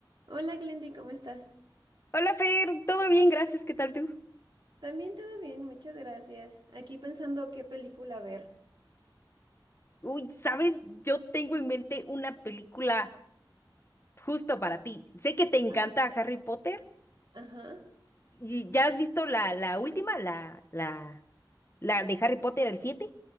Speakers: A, on the right; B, on the left.
A: Hola Glendy, ¿cómo estás?
B: Hola Fer, todo bien, gracias, ¿qué tal tú?
A: También todo bien, muchas gracias. Aquí pensando qué película ver.
B: Uy, sabes, yo tengo en mente una película justo para ti. Sé que te encanta
A: Ay.
B: Harry Potter
A: Ajá.
B: y ya has visto la, la última, la, la, la de Harry Potter, el 7.